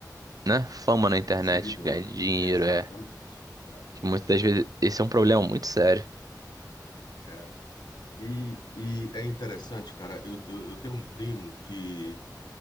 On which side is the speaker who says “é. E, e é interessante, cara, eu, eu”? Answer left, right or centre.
Left